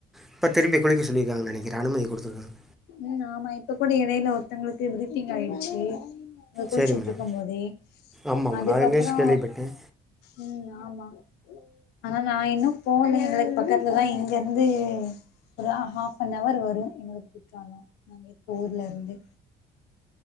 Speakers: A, in the centre; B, on the left (about 80°).
A: இப்ப திரும்பி குளிக்க சொல்லிருக்காங்க நெனைக்குற அனுமதி குடுத்துருக்காங்க
B: ம் ஆமா இப்ப கூட இடையில ஒருத்தங்களுக்கு பிரீத்திங் ஆயிடுச்சு அ குளிச்சுட்ருக்கும்
A: சரி மேடம்
B: போதே
A: ஆமாம்
B: அதுக்கப்புறோ
A: மேடம் அது நியூஸ் கேள்விப்பட்டேன்
B: ம் ஆமா ஆனா நா இன்னும் போல எங்களுக்கு பக்கத்துலதா இங்க இருந்து ஒரு ஹாஃப்பனவர் வரூ எங்களுக்கு குற்றாலோ <inaudible> ஊர்ல இருந்து